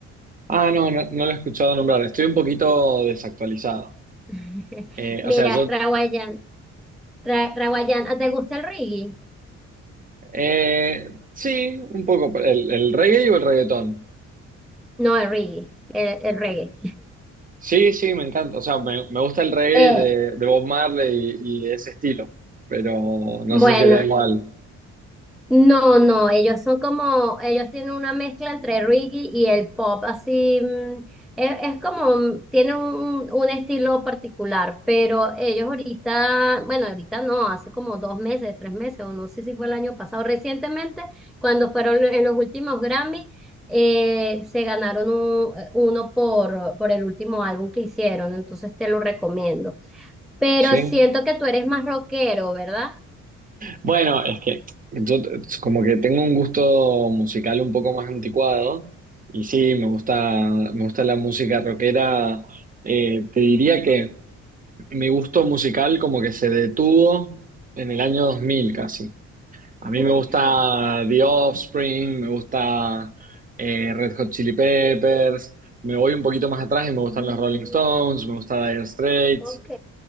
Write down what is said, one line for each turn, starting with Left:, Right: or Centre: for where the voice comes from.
Right: Ah, no, no, no lo he escuchado nombrar. Estoy un poquito desactualizado.
Centre: <laughs>
Right: Eh,
Centre: Mira,
Right: o sea, yo...
Centre: Raguayana, Ra- Raguayana, ¿te gusta el reggae?
Right: eh, sí, un poco. ¿El, el reggae o el reggaetón?
Centre: No, el reggae, el, el reggae.
Right: Sí, sí, me encanta. O sea, me, me gusta el reggae
Centre: Eh,
Right: de, de Bob Marley y, y ese estilo, pero no
Centre: bueno,
Right: sé si era igual.
Centre: No, no, ellos son como, ellos tienen una mezcla entre reggae y el pop, así, mm, es, es como, mm, tienen un, un estilo particular, pero ellos ahorita, bueno, ahorita no, hace como dos meses, tres meses, o no sé si fue el año pasado, recientemente, cuando fueron en los últimos Grammy, eh, se ganaron un- eh, uno por, por el último álbum que hicieron, entonces te lo recomiendo. Pero
Right: Sí.
Centre: siento que tú eres más rockero, ¿verdad?
Right: Bueno, es que yo t- como que tengo un gusto musical un poco más anticuado y sí, me gusta, me gusta la música rockera. Eh, te diría que mi gusto musical como que se detuvo en el año 2000 casi. A
Centre: <laughs>
Right: mí me gusta The Offspring, me gusta eh, Red Hot Chili Peppers, me voy un poquito más atrás y me
Centre: Mm,
Right: gustan los Rolling Stones, me gusta Dire Straits.
Centre: Ok.